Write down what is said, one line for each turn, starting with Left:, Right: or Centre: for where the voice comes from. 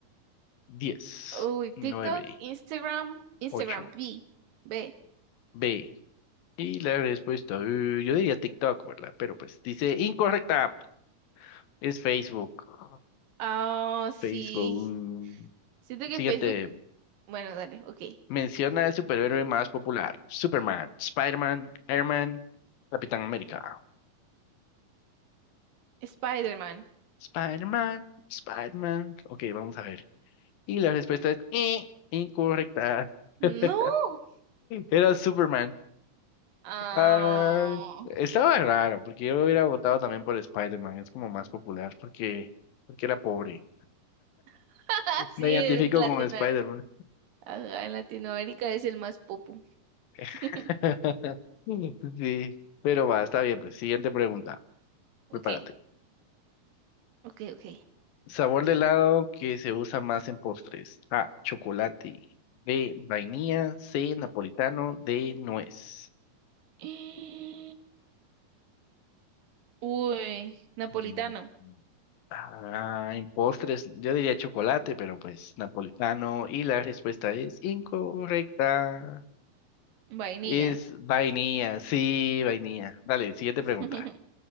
Left: 10,
Right: Uy,
Left: 9,
Right: TikTok, Instagram, Instagram,
Left: 8,
Right: B. B.
Left: B. Y la respuesta, eh, yo diría TikTok, ¿verdad? Pero pues dice incorrecta. Es Facebook.
Right: Ah, sí.
Left: Facebook.
Right: Siento que
Left: Siguiente.
Right: Facebook. Bueno, dale, ok.
Left: Menciona el superhéroe más popular. Superman, Spider-Man, Airman, Capitán América.
Right: Spider-Man.
Left: Spider-Man, Spider-Man. Ok, vamos a ver. Y la respuesta es eh, incorrecta.
Right: No.
Left: <laughs> Era Superman.
Right: Ah,
Left: Ah, estaba raro, porque yo hubiera votado también por Spider-Man. Es como más popular, porque, porque era pobre.
Right: <laughs> sí,
Left: Me identifico
Right: en Latinoamérica.
Left: con Spider-Man.
Right: Ajá, en Latinoamérica es el más popu. <laughs>
Left: <laughs> Sí, pero va, está bien, pues. Siguiente pregunta.
Right: Ok,
Left: Prepárate.
Right: ok, ok.
Left: Sabor de helado que se usa más en postres. A, chocolate. B, vainilla. C, napolitano. D, nuez.
Right: <gasps> Uy, napolitano,
Left: Mm, Ah, en postres, yo diría chocolate, pero pues napolitano. Y la respuesta es incorrecta.
Right: vainilla.
Left: Es vainilla, sí, vainilla. Dale, siguiente
Right: <laughs>
Left: pregunta.